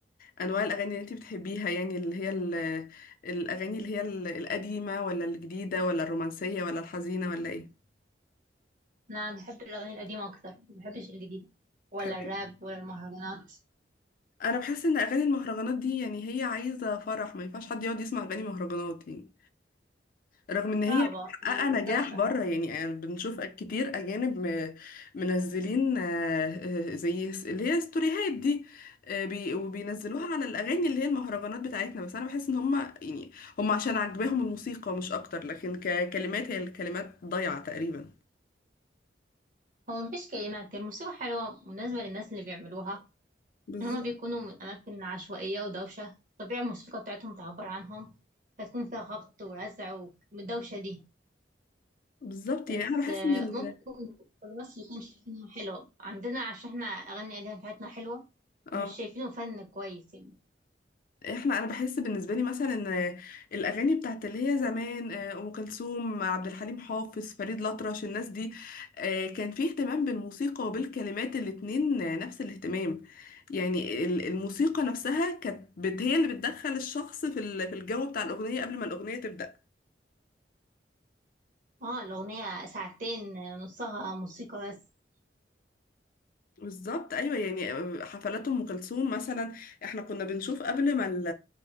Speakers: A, on the left; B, on the right.
A: انواع الاغاني اللي انتي بتحبيها يعني اللي هي ال- الاغاني اللي هي ال- القديمه ولا الجديده ولا الرومانسيه ولا الحزينه ولا ايه
B: أنا بحب الأغاني القديمة أكتر ما بحبش الجديدة ولا
A: بتحبي
B: الراب ولا المهرجانات
A: انا بحس ان اغاني المهرجانات دي يعني هي عايزه فرح ما ينفعش حد يقعد يسمع اغاني مهرجانات يعني رغم ان هي
B: صعبة ودوشة
A: محققه نجاح بره يعني أنا بنشوف كتير اجانب م- منزلين آه، آه، زي س- اللي هي ستوريهات دي آه، بي- وبينزلوها على الاغاني اللي هي المهرجانات بتاعتنا بس انا بحس ان هم يعني هم عشان عجباهم الموسيقى مش اكتر لكن ككلمات هي الكلمات ضايعه تقريبا
B: هو مفيش كلمات الموسيقى حلوة مناسبة للناس اللي بيعملوها
A: بالظبط
B: إن هما بيكونوا من أماكن عشوائية ودوشة طبيعي الموسيقى بتاعتهم تعبر عنهم فتكون فيها خبط ورزع والدوشة دي
A: بالظبط
B: بس
A: يعني انا بحس
B: آه،
A: ان ال...
B: ممكن مصر يكون شايفينها حلوة عندنا عشان احنا أغاني الأغاني بتاعتنا حلوة
A: اه
B: مش شايفينه فن كويس يعني
A: احنا انا بحس بالنسبه لي مثلا ان الاغاني بتاعت اللي هي زمان آه، ام كلثوم عبد الحليم حافظ فريد الأطرش الناس دي آه، كان في اهتمام بالموسيقى وبالكلمات الاتنين آه، نفس الاهتمام يعني ال- الموسيقى نفسها كانت بت- هي اللي بتدخل الشخص في ال- في الجو بتاع الاغنيه قبل ما الاغنيه تبدا
B: اه الأغنية ساعتين آه، نصها موسيقى بس
A: بالظبط ايوه يعني آه، حفلات ام كلثوم مثلا احنا كنا بنشوف قبل ما ال-